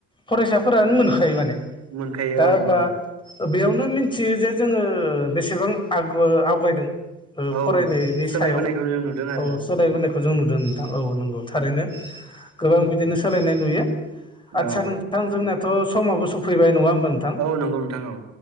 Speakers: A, on the left (about 15°); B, on the right (about 60°).
A: फरायसाफोरानो मोनखायो माने
B: मोनखायो
A: दा ओमबा
B: औ
A: बेयावनो मिथियो जे जोङो बेसेबां आग आवगायदों
B: औ
A: फरायनायनि
B: सोलायबोनायखौ
A: सायाव
B: जों नुदों आरो
A: औ सोलायबोनायखौ खौ जों नुदों नोंथां औ नंगौ थारैनो गोबां बिदिनो सोलायनाय नुयो। आदसा
B: औ
A: नोंथां जोंनियाथ' समाबो सफैबाय नङा होमबा नोंथां?
B: औ नंगौ नोंथां औ।